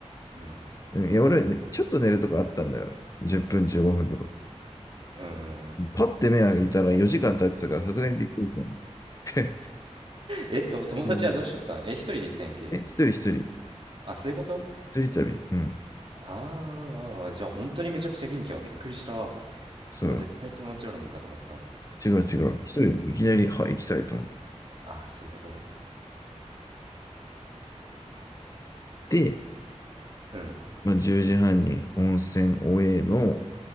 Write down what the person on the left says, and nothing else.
うん、いや、俺、ね、ちょっと寝るとこあったんだよ。10分、15分とか。
パッて目開いたら4時間経ってたから、さすがにびっくりしたね。
<laughs>
え、一人一人、
一人旅。うん、
そう。
違う違う。一人、いきなり、はい、行きたいと思って。
で、
まあ、10時半に温泉おえの、